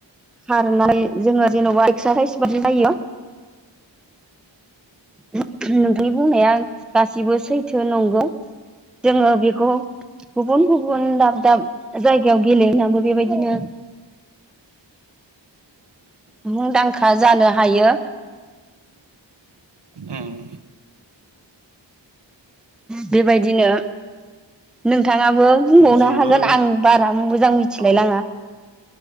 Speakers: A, in the centre; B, on the right.
A: खारनानै जोङो जेनेबा एक्सारसाइज बादि जायो। नोंथांनि बुंनाया गासिबो सैथो नंगौ। जोङो बे खौ गुबुन गुबुन दाब दाब जायगायाव गेलेहैनांगौ बेबायदिनो। मुंदांखा जानो हायो।
B: उम।
A: बेबायदिनो। नोंथाङाबो बुंबावनो
B: जोलुर
A: हागोन आं बारा मोजां मिथिलायलाङा।
B: औ